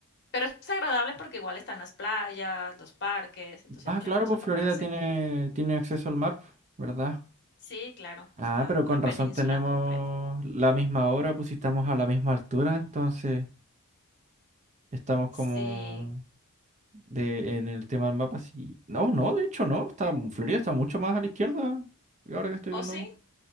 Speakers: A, on the left; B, on the right.
A: pero es agradable porque igual están las playas, los parques, entonces
B: Ah,
A: hay mucha
B: claro,
A: cosa
B: pues
A: pa-
B: Florida
A: para hacer.
B: tiene, tiene acceso al mar, ¿verdad?
A: Sí, claro,
B: Ah,
A: está
B: pero
A: una
B: con
A: península
B: razón tenemos
A: completa.
B: la misma hora, pues si estamos a la misma altura, entonces estamos como
A: Sí,
B: de, en el tema del mapa, sí. No, no, de hecho no. Está, Florida está mucho más a la izquierda. Ahora que estoy
A: o
B: viendo.
A: sí,